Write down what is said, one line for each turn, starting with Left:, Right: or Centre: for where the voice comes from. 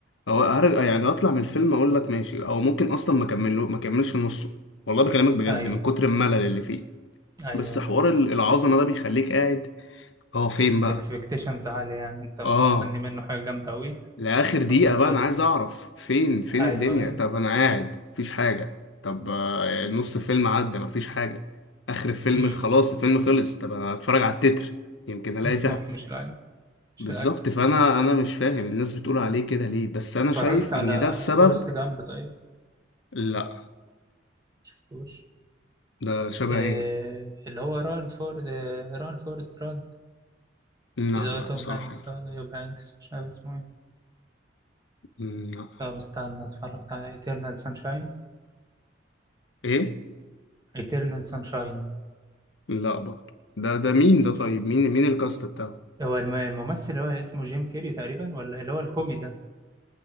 Left: او ارجع يعني اطلع من الفيلم اقول لك ماشي او ممكن اصلا ما اكمله ما اكملش نصه والله بكلمك بجد
Right: ايوه
Left: من كتر الملل اللي فيه
Right: ايوه
Left: بس
Right: ايوه
Left: حوار ال- العظمة ده بيخليك قاعد هو فين
Right: الاكسبكتيشنز
Left: بقى
Right: عالية يعني انت مستني
Left: اه
Right: منه حاجة جامدة قوي
Left: لآخر دقيقة
Right: فبتتصدم
Left: بقى أنا عايز أعرف فين فين
Right: ايوه
Left: الدنيا
Right: ايوه
Left: طب أنا قاعد مفيش حاجة طب آه، نص الفيلم عدى مفيش حاجة آخر الفيلم
Right: امم
Left: خلاص الفيلم خلص طب أنا هتفرج على التتر يمكن ألاقي
Right: بالظبط
Left: في حاجة
Right: مش العجب مش
Left: بالظبط
Right: العجب
Left: فأنا أنا مش فاهم الناس بتقول عليه كده ليه بس أنا
Right: اتفرجت
Left: شايف
Right: على
Left: إن ده بسبب
Right: فورست جامب طيب
Left: لا
Right: شفتوش
Left: ده شبه
Right: إيه
Left: إيه
Right: اللي هو ران فور ران فورست ران
Left: لا
Right: اللي هو
Left: لا
Right: توم
Left: بصراحة
Right: هانكس
Left: مش-
Right: ده ولا يوب هانكس مش عارف اسمه ايه
Left: مم، لا
Right: طب استنى اتفرجت على ايترنال سانشاين
Left: إيه
Right: ايترنال سانشاين
Left: لا برضه ده ده مين ده طيب
Right: شفته
Left: مين مين الكاست بتاعه
Right: هو الم- الممثل اللي هو اسمه جيم كيري تقريبا ولا اللي هو الكوميدي ده